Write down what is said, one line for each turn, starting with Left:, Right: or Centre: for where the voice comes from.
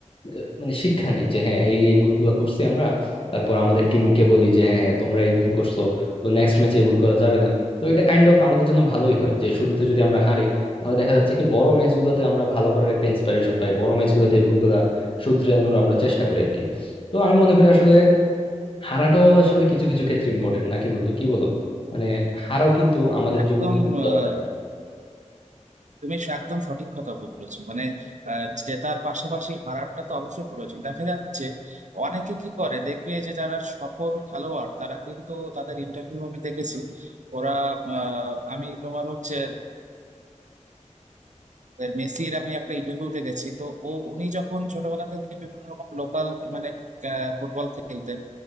Left: আহ, মানে শিক্ষা নেই যে হ্যাঁ এই এই ভুলগুলো করছি আমরা তারপর আমাদের টিমকে বলি যে হ্যাঁ হ্যাঁ তোমরা এই ভুল করছো তো নেক্সট ম্যাচে এই ভুল করা যাবে না তো এটা কাইন্ড অফ আমাদের জন্য ভালোই হয় যে শুরুতে যদি আমরা হারি তাহলে দেখা যাচ্ছে কি বড় ম্যাচগুলোতে আমরা ভালো করার একটা ইন্সপিরেশন পাই বড় ম্যাচগুলোতে এই ভুলগুলা শুধরানোর আমরা চেষ্টা করি আর কি তো আমি মনে করি আসলে হারাটাও আসলে কিছু কিছু ক্ষেত্রে ইম্পর্টেন্ট নাকি বন্ধু কি বলো মানে হারাও কিন্তু আমাদের
Right: একদম
Left: জীবনে
Right: আহ,
Left: দরকারি
Right: তুমি স- একদম সঠিক কথা বলেছো মানে আহ, জেতার পাশাপাশি হারাটা তো অবশ্যই প্রয়োজন দেখা যাচ্ছে অনেকে কি করে দেখবে যে যারা সফল খেলোয়াড় তারা কিন্তু তাদের ইন্টারভিউ আমি দেখেছি ওরা আহ, আমি তোমার হচ্ছে এবার মেসির আমি একটা ইন্টারভিউ দেখেছি তো ও উনি যখন ছোটবেলা থেকে বিভিন্ন রকম লোকাল মানে আহ, ফুটবল খেলতেন